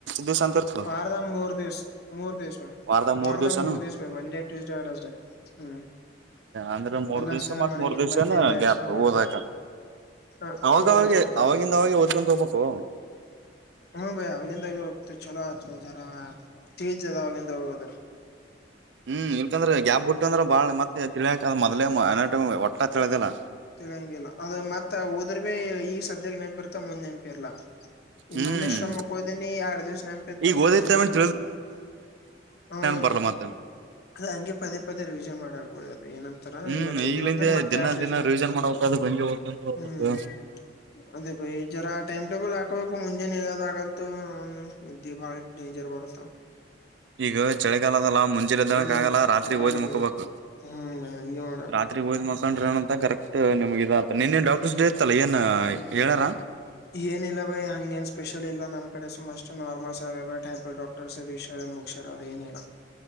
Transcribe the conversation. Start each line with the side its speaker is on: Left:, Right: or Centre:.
Right: ದಿವ್ಸ ಅಂತ ಇರ್ತದ
Left: ಬಾರದ ಮೂರು ದಿವಸ ಮೂರು ದಿವಸ
Right: ವಾರದ
Left: ವಾರದಾಗ
Right: ಮೂರ್ ದಿವ್ಸನ
Left: ಮೂರು ದಿವಸ ಭ ಮಂಡೇ ಟ್ಯೂಸ್ಡೇ ನಸ್ಡೇ ಹ್ಮ್
Right: ಅಂದ್ರೆ ಮೂರ್
Left: ಅಲ್ಲ
Right: ದಿವ್ಸ
Left: ಸರ್
Right: ಮತ್
Left: ಹೊರಗಿಂದ
Right: ಮೂರ್ ದಿವ್ಸನ
Left: ಬಂದ ಎಲ್ಲ
Right: ಗ್ಯಾಪ್
Left: ಎಕ್ಸ್ಪ್ ಮಾಡ್ತಾರ
Right: ಓದಾಕ
Left: ಹ
Right: ಅವಾಗವಾಗ
Left: ಹದಾಗಬಿಡ್ತಾರ
Right: ಅವಾಗಿಂದ
Left: ಅವದ
Right: ಅವಾಗ
Left: ಬಗ್ಗೆ
Right: ಓದ್ಕೊಂತ ಹೋಗ್ಬೇಕು
Left: ಹ್ಮ ಭಯ ಅವವಾಗಿಂದಾಗಿ ಹೋಗ್ತ ಚಲೋ ಆ ಜರ ಟಿವ ಜದವಾಗಿಂದ ಹೋಗೋದರ
Right: ಹ್ಮ್ ಇಲ್ಕಂದ್ರೆ ಯ್ಯಾಬ್ ಬುಟ್ಟಿ ಅಂದ್ರ ಬಾಳ ಮತ್ತೆ ತಿಳಿಯಾಕ ಅದ ಮೊದಲೇ ಒಟ್ಟಾ ತಿಳದಿಲ್ಲಾ
Left: ತಿಳಿಯಂಗಿಲ್ಲ ಅದು ಮತ್ತ ಹದ್ರ ಭಿ ಈಗ ಸದ್ಯಕ್ಕೆ ನೆನಪಿರ್ತ ಮುಂದ್ ನೆನಪಿರ್ಲಾ ಈ
Right: ಹ್ಮ್
Left: ಮನೆ ಇಷ್ಟ ಮಕ್ಕೋದೀನಿ ಎರಡ್ ದಿವ್ಸ ನೆನಪಿ ಇತ್ತ
Right: ಈಗ
Left: ಮೂರ್ನೇ
Right: ಓದಿತ್ತೇನ್
Left: ದಿವ್ಸ ನೆನಪಿರ್ದ ಹ
Right: ಬರ್ಲ ಮಾತ
Left: ಅದ ಹಂಗೆ ಪದೇ ಪದೇ ರಿವಿಜನ್ ಮಾಡಕಬೆ ಏನಂತಾರ
Right: ಹ್ಮ್
Left: ಇವತ್ತು
Right: ಈಗ್ಲಿಂದೆ
Left: ಅಂತ ಮತ್ತೆ
Right: ದಿನ
Left: ಎರಡ್ ದಿವಸ
Right: ದಿನ ರಿವಿಷನ್ ಮಾಡ್ಬೇಕ ಅದು ಹಂಗೆ ಓದ್ಕೊಂತ ಹೋಗ್ಬೇಕು
Left: ಹ್ಮ್ ಅದ ಜರ ಮಟೇಬಲ್ ಆ ಹಕೋಬೇಕು ಮುಂಜಾನ ಹೇಳದ ಆಗಲ್ತ ಇದ್ದೆ ಬಾಳ ಡೇಂಜರ್ ಬರುತ್ತ
Right: ಈಗ ಚಳಿಗಾಲದಲ್ಲ ಮುಂಚೆ್ದಳಕ್
Left: ಹ್ಮ್
Right: ಆಗಲ್ಲ ರಾತ್ರಿ
Left: ಆಗಂಗಿಲ್ಲ
Right: ಓದ್ ಮುಕೋಬೇಕು
Left: ಹ್ಮ್ ಹಂಗೆ ಮಾಡ
Right: ರಾತ್ರಿ ಓದ್ ಮುಕ್ಕ ಹಂತ ಕರೆಕ್ಟ್ ನಿಮಗ ನಿನ್ನ ಡಾಕ್ಟರ್ಸ್ ಡೇ ಇತ್ತಲ್ಲ ಏನ್ ಹೇಳ್ಯಾರ
Left: ಏನಿಲ್ಲಲ್ಲ ಬೈ ಹಂಗ ನ್ ಸ್ಪೆಷಲ್ ಇಲ್ಲ ನಮ್ಮ ಕಡೆ ಸುಷ್ಟು ನಾರಲ್ಸ್ ಬ ಟೈಪೋಡ್ ಡಾಕ್ಟರ್ಸ್ ಮುಗಾರ ಅದ ಏನಿಲ್ಲ